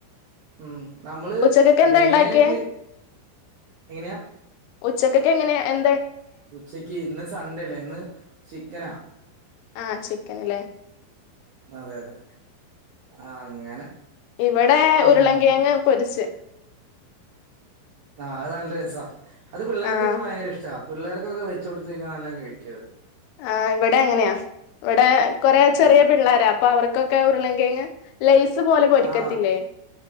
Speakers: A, on the right; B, on the left.
A: ഉം നമ്മള്
B: ഉച്ചക്കൊക്കെ എന്താ
A: മെയിനായിട്ട്,
B: ഇണ്ടാക്കിയേ
A: എങ്ങനെയാ?
B: ഉച്ചക്കൊക്കെ എങ്ങനെ എന്
A: ഉച്ചക്ക്യ് ഇന്ന് സണ്ടെല്ലേ ഇന്ന് ചിക്കനാ.
B: ആഹ് ചിക്കൻ ല്ലേ.
A: അതെ അതെ. അങ്ങനെ.
B: ഇവടെ
A: ഉം
B: ഉരുളങ്കിഴങ്ക് പൊരിച്ച്.
A: ആഹ് അത് നല്ല രസാ. അത് പിള്ളേർക്കൊക്കെ
B: ആഹ്
A: ഭയങ്കര ഇഷ്ടവാ പിള്ളേർക്കൊക്കെ വെച്ച് കൊടുത്ത് കഴിഞ്ഞ നല്ലം കഴിക്ക്യു അത്.
B: ആഹ് ഇവിടെ അങ്ങനെയാ. ഇവിടെ കൊറെ ചെറിയ
A: അങ്ങനെ
B: പിള്ളേരാ അപ്പൊ അവർക്കൊക്കെ ഉരുളങ്കിഴങ്ങ് ലെയ്സ് പോലെ പൊരിക്കത്തില്ലേ.
A: ആ